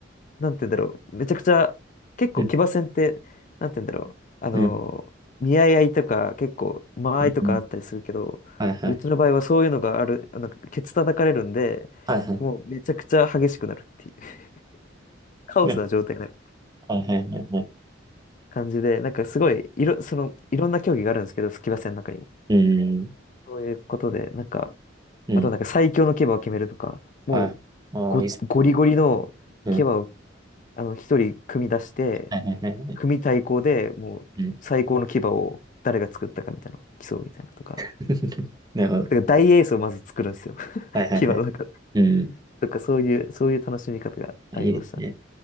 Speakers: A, on the left (about 40°); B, on the right (about 20°).
A: なんて言うんだろう、めちゃくちゃ、結構騎馬戦って、
B: うん、
A: なんて言うんだろう、あの見合い合いとか、
B: うん、
A: 結構、間合いとかあったりするけど、
B: うん、はいはい、
A: うちの場合はそういうのがある、あの、ケツ叩かれるんで、
B: はいは
A: もうめちゃくちゃ激しくなるっていう、<laughs> カオスな状態になる
B: い、ねはいはいはいはい、
A: 感じで、なんかすごい、いろ、その、いろんな競技があるんですけど、騎馬戦の中にも。
B: うん、
A: そういうことで、なんか、
B: うん、
A: あとなんか最強の騎馬を決めるとか、もう、
B: はい、ああ、
A: ご、
B: いいっす、
A: ゴリゴリの騎馬を、
B: うん、
A: あの、一人組み出して、
B: はいはいはいはい、
A: 組対抗でもう最高の牙を誰が作ったかみたいなのを競うみたいなとか、
B: うん、<laughs> なるほど、
A: だから大エースをまず作るんですよ。<laughs>
B: はいはいはい、
A: 牙の中、
B: うん、
A: とかそういう、そういう楽しみ方がありましたね。
B: いいですね。